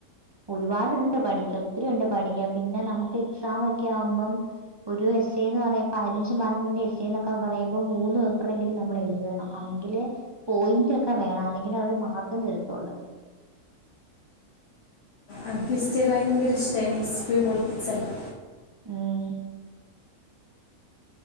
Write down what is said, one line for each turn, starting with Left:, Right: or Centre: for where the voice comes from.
Right: ഒരുപാട്ണ്ട് പഠിക്കാൻ, ഒത്തിരി ഉണ്ട് പഠിക്കൻ. പിന്നെ നമ്ക്ക് എക്സാമൊക്കെ ആവുമ്പം ഒരു എസ് ഏന്ന് പറയെ പതിനഞ്ച് മാർക്കിന്റെ എസ് എന്നൊക്കെ പറയുമ്പോ മൂന്ന് പേപ്പറെങ്കിൽ നമ്മൾ എഴുതണം. അന്നങ്കിലേ പോയിന്റ് ഒക്കെ വേണം അല്ലെങ്കിലവര് മാർ കെന്റെരു തൊര
Left: അൻക്ക് ഹിസ്റ്ററി ഭയങ്കര ഇഷ്ടേയ്നു ഹിസ്റ്ററി പോളിറ്റിക്സെല്ലാം.
Right: ഉം.